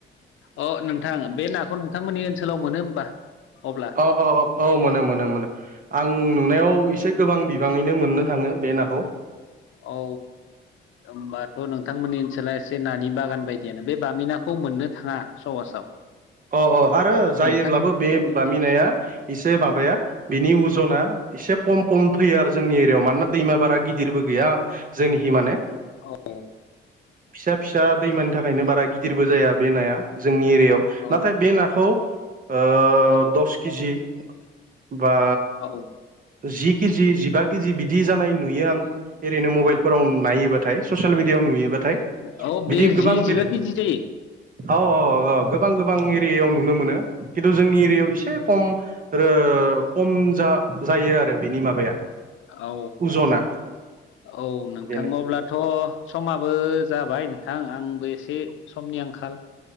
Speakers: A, on the left; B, on the right.
A: अ नोंथां बे नाखौ नोंथांमोननि ओनसोलाव मोनो होमबा अब्ला
B: अ अ अ औ मोनो मोनो मोनो आं ओं नुनायाव एसे गोबां बिबाङैनो मोननो थाङो बे नाखौ
A: ओ औ होमबाथ नोंथांमोननि ओनसोला एसे नानि बागान बायदियानो बे बामिनाखौ मोननो थाङा सहसाव
B: अ अ आरो जायोब्लाबो
A: नोंथां
B: बे बामिनाया एसे माबाया बिनि उजना एसे खम खम फैयो आरो जोंनि एरियायाव मानोना दैमा बारा गिदिरबो गैया जोंनि हि माने
A: औ
B: फिसा फिसा दैमानि थाखायनो बारा गिदिरबो जाया बे नाया जोंनि एरियायाव
A: औ
B: नाथाय बे नाखौ ओ
A: औ
B: दस किजि बा
A: औ
B: जि किजि जिबा किजि बिदि जानाय नुयो आं ओरैनो मबाइलाव नायोबाथाय ससेेल मिडियाआव नुयोबा थाय
A: औ
B: बिदि
A: बे
B: गोबां
A: जि जिबा
B: बेले
A: केजि जायो
B: औ औ औ गोबां गोबां गोबां एरियायाव नुनो मोनो खिन्थु जोंनि एरियायाव एसे खम ओ खम जा जायो आरो बिनि माबाया
A: औ
B: अजना
A: औ नोंथां
B: बेनो
A: अब्लाथ' समा बो जाबाय नोंथां आंबो एसे समनि आंखाल